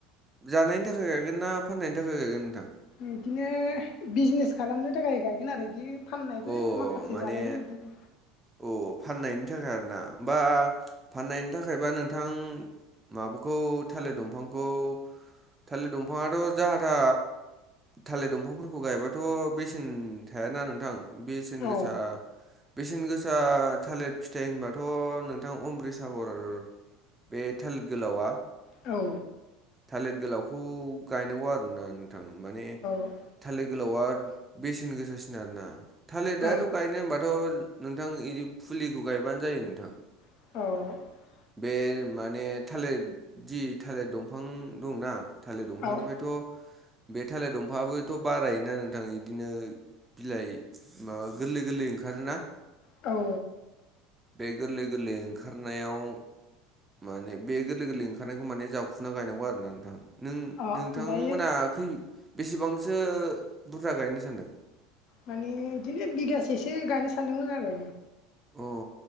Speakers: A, on the right; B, on the left.
A: जानायनि थाखाय गायगोन ना फाननायनि थाखाय गायगोन नोंथां।
B: बिदिनो बिजनेस खालामनो थाखाय गायगोन आरो बिदि फाननाय
A: अ
B: माखासे
A: माने
B: जालायबाय बिदिनो।
A: अ फाननायनि थाखाय आरो ना होनबा फाननायनि थाखायबा नोंथां। माबाखौ थालिर दंफांखौ थालिर दंफाङाथ' जाहा था थालिर दंफांफोरखौ गायबाथ' बेसेन थाया। ना नोंथां बेसेन
B: औ
A: गोसा। बेसेन गोसा थालिर फिथाइ होनबाथ' नोंथां अमृटसागर आरो। बे थालिर गोलावा
B: औ
A: थालिर गोलावखौ गायनांगौ आरो नोंथां। माने
B: औ
A: थालिर गोलावा बेसेन गोसासिन आरो ना थालिर
B: औ
A: आथ' गायनो होनबाथ' नोंथां बिदि फुलिखौ गायबानो जायो नोंथां।
B: ए
A: बे माने थालिर जि थालिर दंफां दंना थालिर दंफांनिफ्रायथ'
B: औ
A: बे थालिर दंफाङाबबोथ' बारायोना नोंथां? बिदिनो बिलाइ माबा गोरलै गोरलै ओंखारोना।
B: औ
A: बे गोरलै गोरलै ओंखारनायाव माने बे गोरलै गोरलै ओंखारनायखौ माने जावखुना गायनांगौ आरो ना नोंथां? नों
B: ओमफ्रायो
A: नोंथांमोना खै बेसेबांसो बुरजा गायनो सानदों।
B: माने बिदिनो बिगासेसो गायनो सानदोंमोन आरो।
A: अ